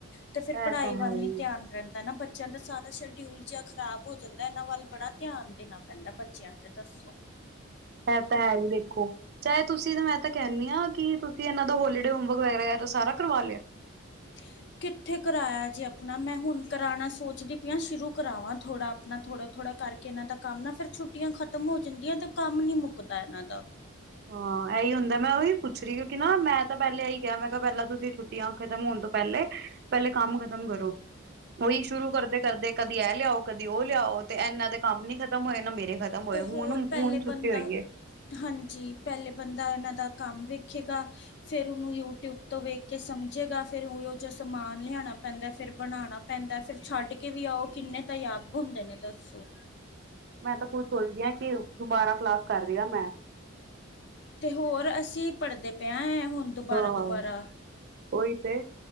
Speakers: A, on the left; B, on the right.
A: ਤੇ ਫਿਰ
B: ਇਹ
A: ਪੜ੍ਹਾਈ
B: ਤਾਂ ਹੈ
A: ਵੱਲ ਨੀ
B: ਹੀ
A: ਧਿਆਨ ਰਹਿੰਦਾ ਨਾ ਬ ਚਿਆ ਦਾ ਸਾਰਾ ਸ਼ਡਿਊਲ ਜਾ ਖ਼ਰਾਬ ਹੋ ਜਾਂਦਾ ਇਹਨਾ ਵੱਲ ਬੜਾ ਧਿਆਨ ਦੇਣਾ ਪੈਂਦਾ ਬੱਚਿਆ ਤੇ ਦੱਸੋ।
B: ਇਹ ਤਾ ਹੈ ਹੀ ਦੇਖੋ ਚਾਹੇ ਤੁਸੀ ਤਾਂ ਮੈਂ ਤਾਂ ਕਹਿਿੰਦੀ ਹਾਂ ਕਿ ਤੁਸੀਂ ਇਹਨਾਂ ਦਾ ਹੋਲੀਡੇ ਹੋਮਵਰਕ ਵਗੈਰਾ ਸਾਰਾ ਕਰਵਾ ਲਿਆ।
A: <inaudible> ਕਿੱਥੇ ਕਰਾਇਆ ਜੇ ਆਪਣਾ ਮੈਂ ਹੁਣ ਕਰਾਉਣਾ ਸੋਚਦੀ ਪਈ ਹਾਂ ਸ਼ੁਰੂ ਕਰਾਵਾਂ ਥੋੜ੍ਹਾ ਆਪਣਾ ਥੋੜਾ-ਥੋੜਾ ਕਰਕੇ ਇਹਨਾਂ ਦਾ ਕੰਮ ਨਾ ਫਿਰ ਛੁੱਟੀਆਂ ਖਤਮ ਹੋ ਜਾਂਦੀਆਂ ਤੇ ਕੰਮ ਨੀ ਮੁੱਕਦਾ ਇਹਨਾਂ ਦਾ
B: ਹਾਂ ਇਹੀ ਹੁੰਦਾ ਮੈਂ ਉਓਹੀ ਪੁੱਛ ਰਹੀ ਕਿਉਂਕਿ ਨਾ ਮੈਂ ਤਾਂ ਪਹਿਲਾਂ ਇਹੀ ਕਿਹਾ ਮੈਂ ਕਿਹਾ ਪਹਿਲਾਂ ਤੁਸੀਂ ਛੁੱਟੀ ਛੁੱਟੀਆਂ ਖਤਮ ਹੋਣ ਤੋਂ ਪਹਿਲੇ, ਪਹਿਲੇ ਕੰਮ ਖ਼ਤਮ ਕਰੋ। ਉਹੀ ਸ਼ੁਰੂ ਕਰਦੇ-ਕਰਦੇ ਕਦੀ ਇਹ ਲਿਆਓ ਕਦੇ ਉਹ ਲਿਆਓ ਤੇ ਇਨਾਂ ਦੇ ਕੰਮ ਨੀ ਖਤਮ ਹੋਏਆ ਨਾ ਮੇਰੇ ਖਾਤਮ ਹੋਏ
A: ਤੇ ਹੋਰ
B: ਹੁਣ
A: ਪਹਿਲੇ
B: ਹੁਣ ਛੁੱਟੀ
A: ਬੰਦਾ
B: ਹੋਈਏ
A: ਹਾਂਜੀ ਪਹਿਲੇ ਬੰਦਾ ਇਹਨਾਂ ਦਾ ਕੰਮ ਵੇਖੇਗਾ ਫੇਿਰ ਉਹਨੂੰ ਯੂਟਿਊਬ ਤੋਂ ਵੇਖ ਕੇ ਸਮਝੇਗਾ ਫਿਰਰ ਉਹੋ ਜੋ ਸਮਾਨ ਲਿਆਉਣਾ ਪੈਂਦਾ ਫਿਰ ਬਣਾਉਣਾ ਪੈਂਦਾ ਫਿਰ ਛੱਡ ਕੇ ਵੀ ਆਓ ਕਿੰਨੇ ਤਾਂ ਯਾਬ ਹੁੰਦੇ ਨੇ ਦੱਸੋ
B: ਮੈਂ ਤਾਂ ਖੁਦ ਸੋਚਦੀ ਹਾਂ ਕਿ ਦੁਬਾਰਾ ਕਲਾਸ ਕਰ ਰਹੀ ਆ ਮੈਂ
A: ਤੇ ਹੋਰ ਅਸੀਂ ਪੜ੍ਹਦੇ ਪਏ ਹਾਂ ਹੈ ਹੁਣ ਦੁਬਾਰਾ-ਦੁਬਾਰਾ
B: ਹਾਂ ਉਹੀ ਤੇ